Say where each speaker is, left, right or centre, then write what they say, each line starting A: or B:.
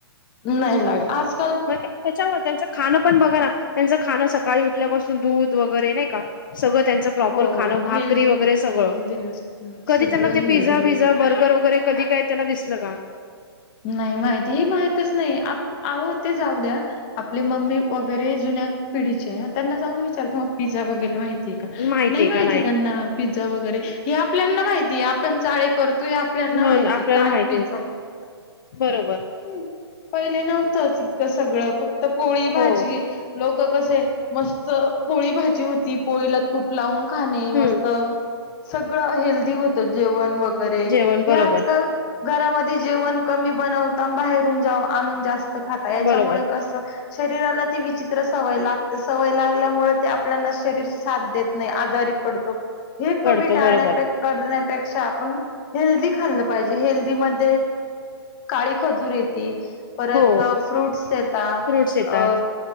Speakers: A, on the left; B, on the left.
A: नाही लाग आज
B: म त्याच्यामुळे त्यांचं खांण पण बघा ना त्यांच खाणं सकाळी उठल्यापासून दूध वगैरे नाही का? सगळं त्यांच प्रॉपर
A: हो
B: खाणं भाकरी
A: हेल्दी
B: वगैरे सगळं
A: हेल्दी असतं
B: कधी
A: सगळं
B: त्यांना ते
A: हेल्दी.
B: पिझ्झा पिझझा बर्गर वगैरे कधी काय त्यांना दिसल का?
A: नाही माहिती हे माहितच नाही आप आहो ते जाऊ द्या आपली मम्मी वगैरे जुन्या पिढीचे हा त्यांना जाऊन विचारतो मग पिझ्झा वगैरे माहितीे का
B: माहितीय
A: नाही माहिती
B: का
A: त्यांना पिझ्झ झा वगैरे हे आपल्याना माहितीय आपण चाळे कर तोय आपल्याना
B: मग
A: माहिती
B: आपल्याला
A: काय
B: माहिती
A: पिझ्झा
B: आहे बरोबर.
A: हम्म. पहिले नव्हतंचं इतकं सगळं फक् त पोळी भाजी
B: हो
A: लोक कस मस्त पोळी भाजी होती. पोळीला तूप लावून खाणे
B: हम्म
A: मस्त सगळं हेल्थी होतं जेवण वग गैरे
B: जेवण बरोबर
A: हे आजकाल घरामध्ये जेवण कमी बनवता न बाहेरून जावा आणून जास्त खाता, याच्यामुळे
B: बरोबर
A: कस शरीराला ती विचित्र सवय लागते. सवय लागल्यामुळे ते आपल्या ना शरीर साथ देत नाही, आजारी पडतो. हे कमी
B: पडतो
A: टाळण्या
B: बरोबर
A: पेक करण्या पेक्षा आपण हेल्दी खाल्लं पाहिजे. हेल्दी मधे काळी खजूर येती. परत
B: हो
A: फ्रूट्स येता
B: फ्रूट्स येतात
A: अ